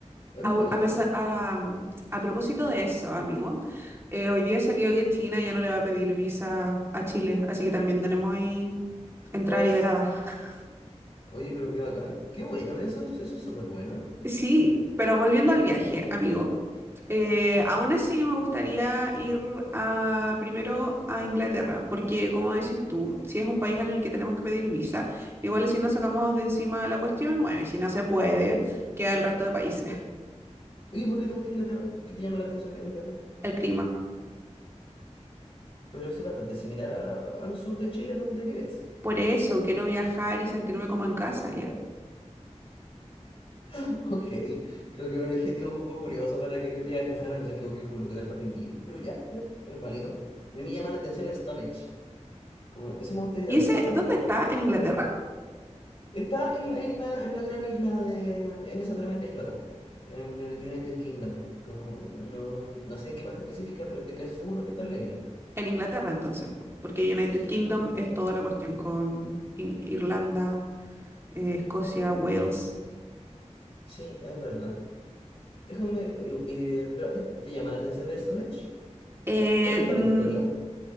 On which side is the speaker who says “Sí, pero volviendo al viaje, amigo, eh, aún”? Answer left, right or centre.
Right